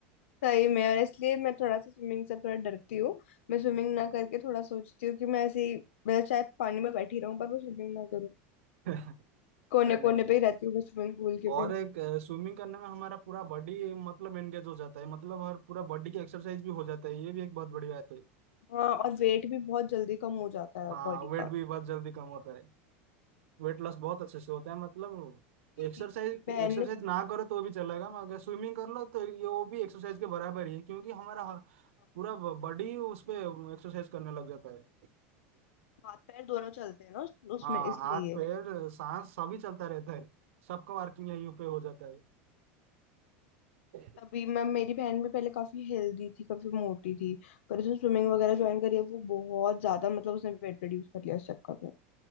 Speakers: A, on the left; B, on the right.
A: सही में और इसलिए मैं थोड़ा सा स्विमिंग से थोड़ा डरती हूँ मैं स्विमिंग ना करके थोड़ा सोचती हूँ कि मैं ऐसे ही मतलब चाहे पानी में बैठी रहूं पर मैं स्विमिंग ना करूँ
B: <laughs>
A: कोने
B: अरे नहीं
A: कोने पे ही रहती हूँ मैं स्विमिंग पूल के
B: और
A: भी
B: एक स्विमिंग करने में हमारा पूरा बॉडी मतलब एंगेज हो जाता है मतलब हर पूरा बॉडी की एक्सरसाइज भी हो जाता है ये भी एक बहुत बड़ी बात है
A: हाँ और वेट भी बहुत जल्दी कम हो जाता है
B: हाँ
A: बॉडी
B: वेट
A: का
B: भी बहुत जल्दी कम होता है वेट लॉस बहुत अच्छे से होता है मतलब
A: मेरी
B: एक्सरसाइज
A: बहन
B: एक्सरसाइज
A: ने swimming-
B: ना करो तो भी चलेगा मगर स्विमिंग कर लो तो ये वो भी एक्सरसाइज
A: pool-
B: के बराबर ही है क्योंकि हमारा ह-
A: हाँ,
B: पूरा बॉडी उस पे एक्सरसाइज करने लग जाता है
A: हाथ पैर दोनों चलते हैं ना उस- उसमें
B: हाँ
A: इसलिए
B: हाथ पैर सांस सभी चलता रहता है सबका वर्किंग यहीं पे हो जाता है
A: तभी मैं मेरी बहन भी पहले काफी हेल्दी थी काफी मोटी थी पर उसने स्विमिंग वगैरह ज्वाइन करी है वो बहुत ज्यादा मतलब उसने वेट रिड्यूस कर लिया इस चक्कर में